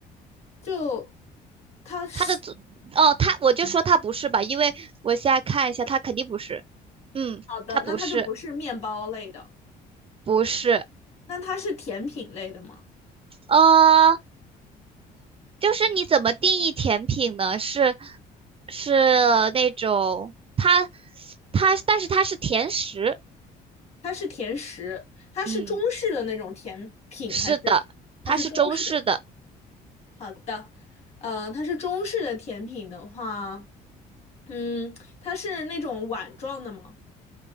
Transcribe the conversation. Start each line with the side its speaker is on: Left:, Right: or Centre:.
Left: 就它是
Right: 他的作哦，他我就说他不是吧，因为我现在看一下，他肯定不是。嗯，
Left: 好的，
Right: 他不是，
Left: 那它就不是面包类的，
Right: 不是，
Left: 那它是甜品类的吗？
Right: 呃，就是你怎么定义甜品呢？是是那种它它，但是它是甜食。
Left: 它是甜食，它是中式的那种甜品，
Right: 嗯，是的，
Left: 还是它是中式的？
Right: 它是中式的
Left: 好的，呃，它是中式的甜品的话，嗯，它是那种碗状的吗？